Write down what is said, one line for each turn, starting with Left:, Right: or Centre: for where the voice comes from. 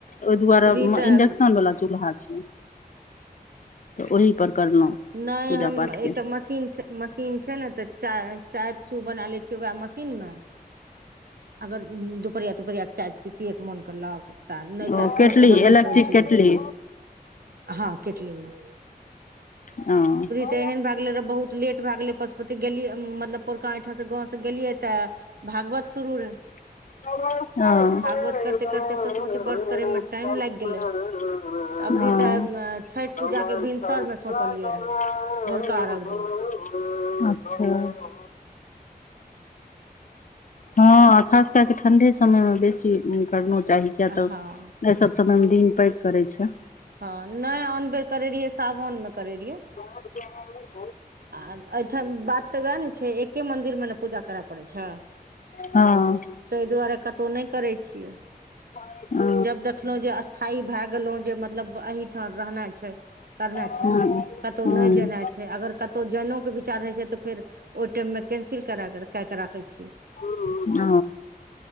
Left: ओहि दुआरे
Right: अबरी तऽ
Left: इन्डक्शनवला चूल्हा छै तऽ ओहि पर करलहुँ
Right: नहि
Left: पूजा
Right: हम
Left: पाठके
Right: एकटा मशीन छै मशीन छै न तऽ चाय चाय चू बना लै छियै वएह मशीन मऽ अगर दुपहरिया तुपहरियाके चाय पियेके मोन करलक तऽ नहि तऽ
Left: ओ
Right: साँझके
Left: केटली
Right: बनबै
Left: इलेक्ट्रिक
Right: तऽ ओहि चूल्हहिपर
Left: केटली
Right: बनबै हँ केटली मऽ
Left: ओ
Right: त एहन भए गेलै रहऽ बहुत लेट भए गेलै पशुपति गेलीये मतलब पोरका एसि ठाम सँ गाँव से गेलियै तऽ भागवत शुरू रहै
Left: ओ
Right: भागवत करते करते पशुपति व्रत
Left: ओ
Right: करयमे टाइम लागि गेलै अबरी तऽ
Left: <inaudible>
Right: छठि पूजाके भिनसरमे सौंपलियै रहए
Left: अच्छा
Right: भोरका अर्घ दिन
Left: हँ खास कए कऽ ठण्ढे समयमे बेसी करनो चाही किएक तऽ
Right: हँ
Left: एहि सब समयमे दिन पैग करै छैय
Right: हँ नहि अन बेर करे रहियै सावन मे करे रहियै
Left: <unintelligible>
Right: आ एहिठाम बात तऽ वएह ने छै एके मंन्दिर मऽ न पूजा करय पड़ैत छै
Left: हँ
Right: ताहि दुआरे कतहु नहि करै छियै
Left: <inaudible>
Right: जब देखलहुँ जे स्थायी भए गेलहु जे मतलब एही ठाम रहनाइ छैय करनाय
Left: हँ
Right: छैय कतौह नहि जेना छै अगर केतौ जइनोके विचार होइ छैय तऽ फेर ओहि टाइममे कैंसिल कर कए कऽ राखै छीयै
Left: ओ <unintelligible>